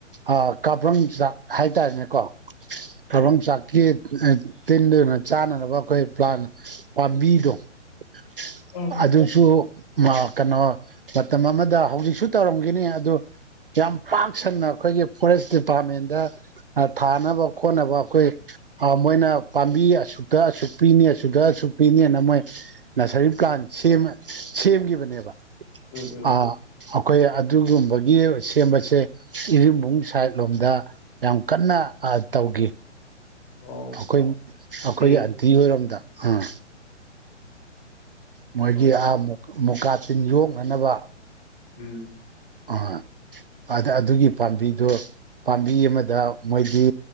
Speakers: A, on the right (about 50°); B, on the left (about 30°).
A: ꯑꯥ ꯀꯥꯕ꯭ꯔꯪ ꯆꯥꯛ ꯍꯥꯏꯇꯥꯔꯦꯅꯦꯀꯣ ꯀꯥꯕ꯭ꯔꯪ ꯆꯥꯛ ꯀꯦꯛ <unintelligible> ꯇꯤꯟꯗꯨꯅ ꯆꯥꯅꯅꯕ ꯑꯩꯈꯣꯏ ꯄ꯭ꯂꯥꯟ ꯄꯥꯝꯕꯤꯗꯣ ꯁꯤ
B: ꯎꯝ
A: ꯑꯗꯨꯁꯨ ꯃꯥ ꯀꯩꯅꯣ ꯃꯇꯝ ꯑꯃꯗ ꯍꯧꯖꯤꯛ ꯁꯨ ꯇꯧꯔꯝꯒꯤꯅꯤ ꯑꯗꯨ ꯌꯥꯝ ꯄꯥꯛ ꯁꯟꯅ ꯑꯩꯈꯣꯏꯒꯤ ꯐꯣꯔꯦꯁ ꯗꯤꯄ꯭ꯔꯥꯠꯃꯦꯟꯗ ꯊꯥꯅꯕ ꯈꯣꯠꯅꯕ ꯑꯩꯈꯣꯏ ꯑ ꯃꯣꯏꯅ ꯄꯥꯝꯕꯤ ꯑꯁꯨꯛꯇ ꯑꯁꯨꯛ ꯄꯤꯅꯤ ꯑꯁꯨꯛꯇ ꯑꯁꯨꯛ ꯄꯤꯅꯦꯅ ꯃꯣꯏ ꯅꯁꯔꯤ ꯄ꯭ꯂꯥꯟ ꯁꯦꯝꯃ ꯁꯦꯝꯈꯤꯕꯅꯦꯕ
B: ꯎꯝ ꯎꯝ
A: ꯑ ꯑꯈꯣꯏ ꯑꯗꯨꯒꯨꯝꯕꯒꯤ ꯁꯦꯝꯕꯁꯦ ꯏꯔꯤꯜꯕꯨꯡ ꯁꯥꯏꯠ ꯂꯣꯝꯗ ꯌꯥꯝ ꯀꯟꯅ ꯑ ꯇꯧꯒꯤ
B: ꯑꯣ
A: ꯑꯈꯣꯏ ꯑꯩꯈꯣꯏ
B: ꯁꯦꯔꯤ
A: ꯑꯟ ꯕꯤ ꯔꯣꯝꯗ ꯑꯥ ꯃꯣꯏꯒꯤ
B: ꯍꯣꯏ
A: ꯑꯥ ꯃꯣꯛꯀꯥ ꯇꯤꯟ ꯌꯣꯛꯅꯅꯕ
B: ꯎꯝ
A: ꯑꯥ ꯑꯥꯗ ꯑꯗꯨꯒꯤ ꯄꯥꯝꯕꯤꯗꯣ ꯄꯥꯝꯕꯤ ꯑꯃꯗ ꯃꯣꯏꯗꯤ